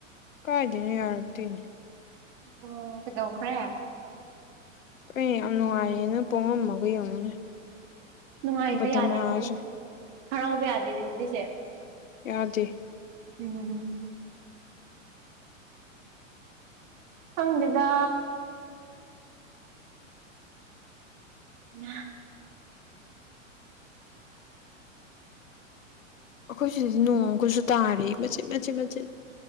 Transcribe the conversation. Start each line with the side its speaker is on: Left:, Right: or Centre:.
Left: ꯀꯥꯏꯗꯩꯅꯣ ꯌꯥꯔꯛꯇꯦꯌꯦ
Right: ꯑꯣ ꯀꯩꯗꯧꯈ꯭ꯔꯦ
Left: ꯑꯩ ꯌꯥꯝ ꯅꯨꯡꯉꯥꯏꯌꯦꯅ ꯄꯣꯡꯉꯝꯃꯒ ꯌꯦꯡꯉꯨꯅꯦ
Right: ꯅꯨꯡꯉꯥꯏꯕ
Left: ꯕꯗꯃꯥꯁꯦ
Right: ꯌꯥꯗꯦꯗꯅꯦꯗꯤ ꯍꯔꯥꯎꯕ ꯌꯥꯗꯦꯅꯦ ꯑꯗꯨꯗꯤꯁꯦ
Left: ꯌꯥꯗꯦ
Right: ꯎꯝ ꯈꯪꯗꯦꯗ ꯅꯥ
Left: ꯑꯩꯈꯣꯏ ꯁꯤꯗꯗꯤ ꯅꯣꯡ ꯑꯝꯀꯁꯨ ꯇꯥꯔꯤꯌꯦ ꯃꯆꯤꯠ ꯃꯆꯤꯠ ꯃꯆꯤꯠ